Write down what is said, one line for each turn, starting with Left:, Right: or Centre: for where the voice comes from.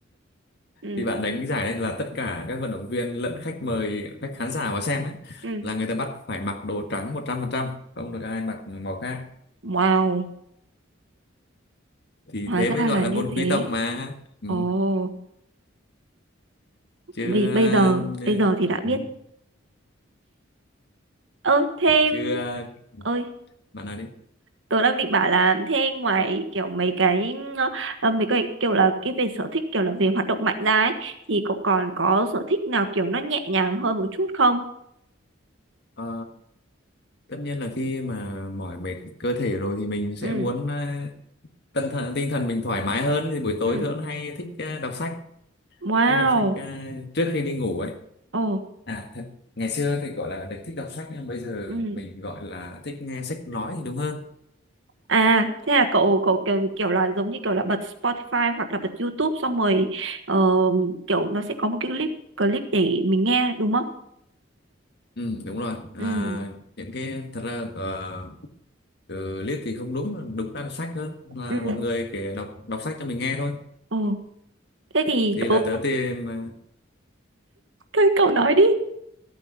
Right: Ừ,
Left: thì bạn đánh cái giải đấy là tất cả các vận động viên lẫn khách mời khách khán giả vào xem ấy
Right: ừ.
Left: là người ta bắt phải mặc đồ trắng 100% không được ai mặc màu khác
Right: Wow,
Left: thì
Right: hóa
Left: thế
Right: ra
Left: mới gọi
Right: là
Left: là
Right: như
Left: môn
Right: thế.
Left: quý tộc mà ừ.
Right: Ồ,
Left: chứ
Right: bây,
Left: ờ,
Right: bây giờ,
Left: ừ.
Right: bây giờ thì đã
Left: ừ,
Right: biết. Ơ, thêm...
Left: chứ ờ,
Right: Ơi,
Left: bạn nói đi
Right: tớ đang định bảo là thế ngoài kiểu mấy cái ờ, mấy cái kiểu là cái về sở thích kiểu là về hoạt động mạnh ra ấy thì cậu còn có sở thích nào kiểu nó nhẹ nhàng hơn một chút không?
Left: Ờ, tất nhiên là khi mà mỏi mệt cơ thể rồi thì mình sẽ
Right: Ừ
Left: muốn à, tinh thần tinh thần mình thoải mái hơn thì buổi tối
Right: ừ
Left: tôi cũng hay thích à, đọc sách
Right: wow
Left: thích đọc sách à, trước khi đi ngủ ấy
Right: ồ
Left: à thật ngày xưa thì gọi là được thích đọc sách nhưng bây giờ
Right: ừ
Left: mình gọi là thích nghe sách nói thì đúng hơn
Right: à thế là cậu cậu kiểu kiểu là giống như kiểu là bật Spotify hoặc là bật YouTube xong rồi ờ, kiểu nó sẽ có một cái clip clip để mình nghe đúng không?
Left: ừ đúng rồi à,
Right: Ừ
Left: những cái thật ra uh, từ liếc thì không đúng đúng ra là sách hơn là
Right: ừ
Left: một người kể đọc đọc sách cho mình nghe thôi
Right: ồ thế thì
Left: thì
Right: tớ
Left: là tớ
Right: cũng
Left: tìm ờ,
Right: thấy cậu nói đi.